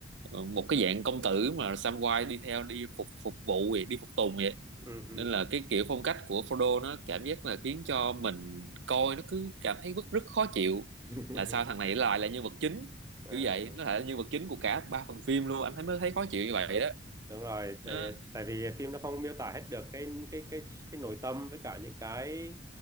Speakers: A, on the right (about 75°); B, on the right (about 15°).
A: ờ, một cái dạng công tử mà Samwise đi theo đi phục phục vụ vậy đi phục tùng vậy
B: ừ, ừ.
A: nên là cái kiểu phong cách của Frodo nó cảm giác là khiến cho mình coi nó cứ cảm thấy rất rất khó chịu
B: <laughs>
A: là sao thằng này lại là nhân vật chính
B: Ờ.
A: kiểu vậy nó lại là nhân vật chính của cả ba phần phim luôn anh thấy mới thấy khó chịu như vậy đó
B: đúng rồi
A: Đó.
B: tại tại vì phim nó không miêu tả hết được cái cái cái cái nội tâm với cả những cái